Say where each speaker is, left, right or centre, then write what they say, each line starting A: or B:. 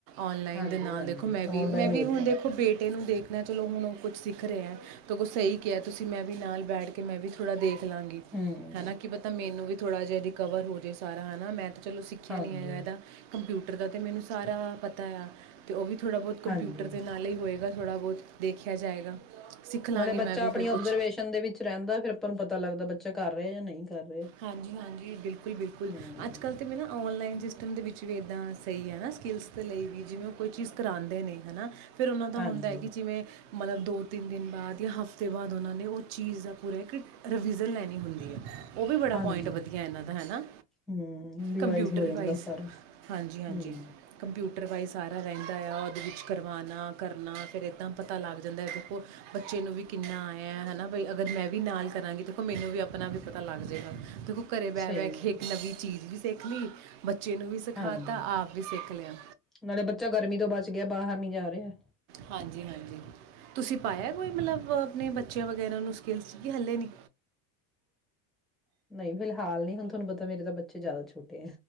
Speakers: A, on the right; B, in the centre.
A: ਔਨਲਾਈਨ
B: ਹਾਂਜੀ
A: ਦੇ ਨਾਲ
B: ਹਾਂਜੀ
A: ਦੇਖੋ ਮੈਂ ਵੀ,
B: ਔਨਲਾਈਨ
A: ਮੈਂ ਵੀ
B: ਵਧੀਆ
A: ਹੁਣ ਦੇਖੋ ਬੇਟੇ ਨੂੰ ਦੇਖ ਚਲੋ ਹੁਣ ਉਹ ਕੁਛ ਸਿੱਖ ਰਿਹਾ ਸਗੋਂ ਸਹੀ ਕਿਹਾ ਤੁਸੀਂ ਮੈਂ ਵੀ ਨਾਲ ਬੈਠ ਕੇ ਮੈਂ ਵੀ ਥੋੜ੍ਹਾ ਦੇਖ ਲਾਂਗੀ
B: ਹਮ
A: ਹੈਨਾ ਕੀ ਪਤਾ ਮੈਨੂੰ ਵੀ ਥੋੜ੍ਹਾ ਜਿਹਾ ਰਿਕਵਰ ਹੋ ਜਵੇ ਸਾਰਾ ਹੈ ਨਾ ਮੈਂਥ ਚਲੋ ਸਿੱਖਿਆ
B: ਹਾਂਜੀ
A: ਨਹੀਂ ਇਹਦਾ ਕੰਪਿਊਟਰ ਦਾ ਤੇ ਮੈਨੂੰ ਸਾਰਾ ਪਤਾ ਆ ਤੇ ਉਹ ਵੀ ਥੋੜ੍ਹਾ ਬਹੁਤ ਕੰਪਿਊਟਰ
B: ਹਾਂਜੀ
A: ਦੇ ਨਾਲ ਹੀ ਹੋਏਗਾ ਥੋੜਾ ਬਹੁਤ ਦੇਖਿਆ ਜਾਏਗਾ ਸਿੱਖ ਲਾਂਗੇ
B: ਨਾਲੇ ਬੱਚਾ
A: ਮੈਂ ਵੀ
B: ਆਪਣੀ
A: ਫਿਰ
B: ਅਬਜਰਵੇਸ਼ਨ
A: ਕੁਝ
B: ਦੇ ਵਿੱਚ ਰਹਿੰਦਾ ਫਿਰ ਆਪਾਂ ਨੂੰ ਪਤਾ ਲੱਗਦਾ ਬ ਬੱਚਾ ਕਰ ਰਿਹਾ ਜਾਂ ਨਹੀਂ ਕਰ ਰਿਹਾ
A: ਹਾਂਜੀ ਹਾਂਜੀ ਬਿਲਕੁਲ-ਬਿਲਕੁਲ
B: ਹਮ
A: ਅੱਜ ਕੱਲ੍ਹ ਤੇ ਮੈ ਨਾ ਔਨਲਾਈਨ ਜਿਸ ਮ ਦੇ ਵਿੱਚ ਵੀ ਇੱਦਾਂ ਸਹੀ ਹੈ ਨਾ ਸਕਿੱਲਸ ਦੇ ਲਈ ਵੀ ਜਿਵੇਂ ਉਹ ਕੋਈ ਚੀਜ਼ ਕਰਾਉਂਦੇ ਨੇ ਹੈ ਨਾ ਫਿਰ ਉਹਨਾਂ ਦਾ
B: ਹਾਂਜੀ
A: ਹੁੰਦਾ ਹੈ ਕਿ ਜਿਵੇਂ ਮਤਲਬ ਦੋ ਤਿੰਨ ਦਿਨ ਬਾਅਦ ਯਾ ਹਫ਼ਤੇ ਬਾਅਦ ਉਹਨਾਂ ਨੇ ਉਹ ਚੀਜ਼ ਦਾ ਪੂਰਾ ਇੱਕ ਰਿਵੀਜ਼ਨ ਲੈਣੀ ਹੁੰਦੀ ਹੈ। ਉਹ ਵੀ ਬੜਾ
B: ਹਾਂਜੀ
A: ਪੁਆਇੰਟ ਵਧੀਆ ਇਹਨਾਂ ਦਾ ਹੈਨਾ?
B: ਹੂੰ ਰਿਵਾਈਜ਼
A: ਕੰਪਿਊਟਰ
B: ਹੋ ਜਾਂਦਾ
A: ਵਾਈਜ਼,
B: ਸਾਰਾ
A: ਹਾਂਜੀ-ਹਾਂਜੀ
B: ਹੂੰ
A: ਕੰਪਿਊਟਰ ਵਾਈਜ਼ ਸਾਰਾ ਰਹਿੰਦਾ ਆ ਉਹਦੇ ਵਿੱਚ ਕਰਵਾਉਣਾ, ਕਰਨਾ, ਫਿਰ ਏਦਾਂ ਪਤਾ ਲੱਗ ਜਾਂਦਾ ਏ, ਦੇਖੋ ਬੱਚੇ ਨੂੰ ਵੀ ਕਿੰਨਾ ਆਇਆ ਹੈਨਾ, ਬਈ ਅਗਰ ਮੈਂ ਵੀ ਨਾਲ ਕਰਾਂਗੀ ਦੇਖੋ ਮੈਨੂੰ ਵੀ ਆਪਣਾ ਵੀ ਪ ਤਾਂ ਲੱਗ ਜੇਗਾ, ਦੇਖੋ ਘਰੇ ਬਹਿ-ਬਹਿ
B: ਸਹੀ
A: ਕੇ
B: ਗੱਲ
A: ਇੱਕ ਨਵੀਂ ਚੀਜ਼ ਵੀ <unintelligible> ਬੱਚੇ ਨੂੰ ਵੀ ਸਿਖਾ
B: ਹਾਂਜੀ
A: ਤਾ, ਆਪ ਵੀ ਸਿੱਖ ਲਿਆ।
B: ਨਾਲੇ ਬੱਚਾ ਗਰਮੀ ਤੋਂ ਬਚ ਗਿਆ ਬਾਹਰ ਨੀ ਜਾ ਰਿਹਾ ਏ।
A: ਹਾਂਜੀ-ਹਾਂਜੀ ਤੁਸੀਂ ਪਾਇਆ ਕੋਈ ਮਤਲਬ ਅਪਣੇ ਬੱਚਿਆਂ ਵਗੈਰਾ ਨੂੰ ਸਕੂ ਲ ਚ ਕੀ ਹਲੇ ਨੀ?
B: ਨਹੀਂ ਫਿਲਹਾਲ ਨਹੀਂ ਹੁਣ ਤੁਹਾਨੂੰ ਪਤਾ ਮੇਰੇ ਤਾਂ ਬੱਚੇ ਜ਼ਿਆਦਾ ਛੋ ਤੇ